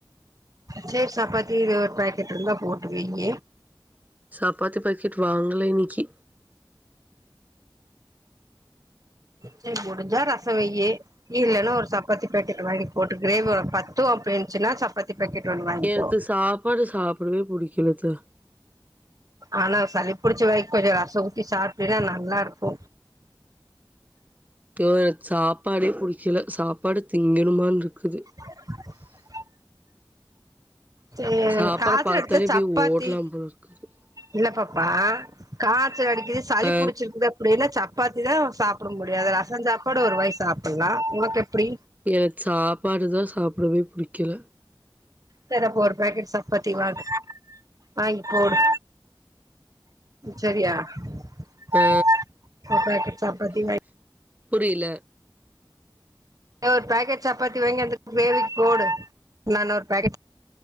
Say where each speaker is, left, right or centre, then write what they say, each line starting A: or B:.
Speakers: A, on the right (about 45°); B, on the right (about 20°).
A: சேப் சாப்பாத்தி இது ஒரு பேக்கெட் இருந்தா போட்டு வீங்க
B: சப்பாத்தி பாக்கெட் வாங்கல இன்னிக்கி.
A: செரி முடிஞ்சா ரசம் வைய் இல்லன்னா ஒரு சப்பாத்தி பேக்கெட் வாங்கி போட்டு கிரேவி ஒனக்கு பத்தும் அப்டிருந்திச்சின்னா சப்பாத்தி பேக்கெட் ஒண்ணு வாங்கிக்கோ
B: எனக்கு சாப்பாடு சாப்டவே பிடிக்கலக்கா
A: ஆனா சளி புடிச்ச வரைக் கொஞ்சொ ரச ஊத்தி சாப்டினா நல்லா இருக்கு
B: து சாப்பாடே புடிக்கல சாப்பாடு திங்கணுமானு ருக்குது
A: <inaudible> சே
B: சாப்பாட
A: காச்சல
B: பாத்தாலே
A: எடுத்த
B: அப்டியே
A: சப்பாத்தி
B: ஓடலாம் போல இருக்குது
A: இல்லாப்பம் ஆ கார் அடிக்குது சளி
B: ஆ
A: புடிச்சிருக்குது அப்டின்ன சப்பாத்தி தா சாப்பிட முடியாது ரெச சாப்பாடு ஒரு வாய் சாப்பிட்லா உனக்கு எப்டி
B: எனக்கு சாப்பாடுதா சாப்டவே புடிக்கல
A: சரி அப்போ ஒரு பேக்கெட் சப்பாத்தி வாங்கு வாங்கி போடு சரியா <inaudible> <inaudible>
B: ஆ
A: சப்பாத்தி சப்பாத் <unintelligible>
B: புரியல
A: ஒரு பேக்கெட் சப்பாத்தி வாங்கி வந்தக்கு <unintelligible> போடு நான ஒரு பேக்கெட்